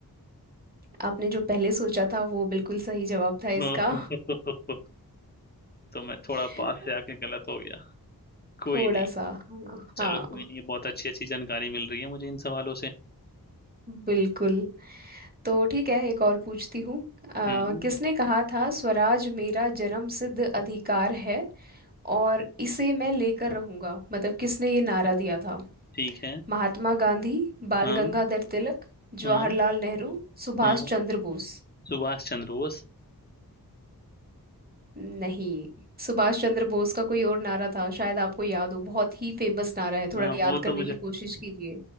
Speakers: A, on the right; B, on the left.
A: आपने जो पहले सोचा था वो बिल्कुल सही जवाब था इसका
B: <laughs> ओह, तो मैं थोड़ा
A: <laughs>
B: पास से आके गलत हो गया कोई
A: थोड़ा
B: नहीं
A: सा हाँ
B: चलो
A: हाँ
B: कोई नहीं बहुत अच्छी अच्छी जानकारी मिल रही है मुझे इन सवालों से
A: बिल्कुल तो ठीक है एक और पूछती हूँ अ,
B: हम्म हम्म,
A: किसने कहा था स्वराज मेरा जन्म सिद्ध अधिकार है और इसे मैं लेकर रहूंगा मतलब किसने ये नारा दिया था
B: ठीक है
A: महात्मा गांधी बाल
B: हाँ
A: गंगाधर तिलक जवाहरलाल
B: हाँ
A: नेहरू सुभाष
B: हाँ
A: चंद्र बोस
B: सुभाष चंद्र बोस
A: नहीं सुभाष चंद्र बोस का कोई और नारा था शायद आपको याद हो बहुत ही फेमस नारा है थोड़ा
B: हाँ
A: याद
B: वो तो
A: करने
B: मुझे
A: की कोशिश कीजिए